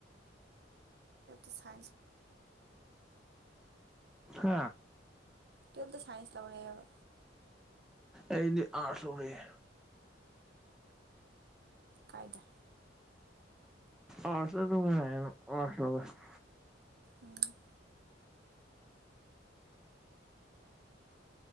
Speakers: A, on the right; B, in the centre.
A: ꯁ
B: ꯍꯥ
A: ꯇꯨꯌꯦꯜꯞꯇ ꯁꯥꯏꯟꯁ ꯂꯧꯔꯛꯑꯦꯕ
B: ꯑꯩꯗꯤ ꯑꯥꯔꯠꯁ ꯂꯧꯔꯛꯑꯦ
A: ꯀꯥꯏꯗ
B: ꯑꯥꯔꯠꯁꯅ ꯅꯨꯡꯉꯥꯏꯌꯦꯕ ꯑꯥꯔꯠꯁ ꯂꯧꯔꯛꯑꯦ
A: ꯎꯝ